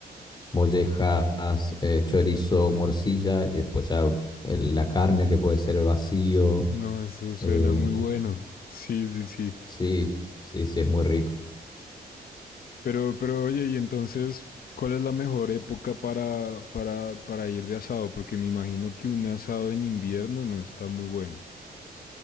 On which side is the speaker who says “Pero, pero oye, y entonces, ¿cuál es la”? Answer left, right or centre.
Left